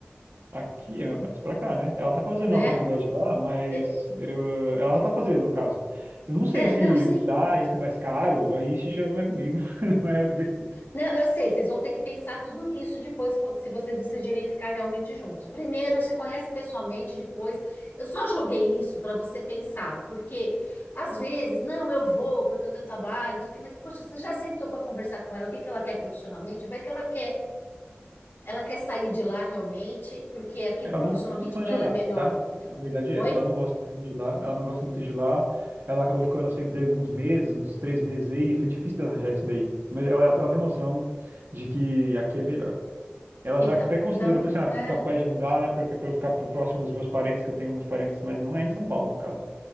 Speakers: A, on the right; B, on the left.
A: Aqui é mais pra cá, né? Ela tá fazendo
B: né?
A: a faculdade lá, mas
B: É,
A: eu, ela tá fazendo, no caso. Eu não sei
B: é,
A: se
B: não, sim.
A: mudar ia ser mais caro, aí isso já não é comigo, <laughs> não é eu que decido.
B: Não, eu sei, vocês vão ter que pensar tudo nisso depois, quando- se vocês decidirem ficar realmente juntos. Primeiro, se conhece pessoalmente, depois. Eu só joguei isso para você pensar, porque às vezes, não, eu vou porque eu tenho trabalho, não sei o quê, mas poxa, você já sentou para conversar com ela, o que que ela quer profissionalmente? Vai que ela quer, ela quer sair de lá realmente, porque aqui
A: Ela
B: profissionalmente
A: não é muito fã
B: para
A: de
B: ela
A: lá,
B: é melhor,
A: tá?
B: entendeu?
A: A verdade
B: Oi?
A: é essa, ela não gosta muito de lá, ela não gosta muito de lá. Ela acabou ficando sem emprego uns meses, uns três meses aí, foi difícil dela arranjar isso daí. Mas ela, ela tem noção de que aqui é melhor. Ela
B: Então,
A: já até considerou,
B: então,
A: falou
B: é,
A: assim, ah, capaz de mudar, né, pra, pra eu ficar pro- próximo dos meus parentes, que eu tenho uns parentes, mas não é em São Paulo, no caso,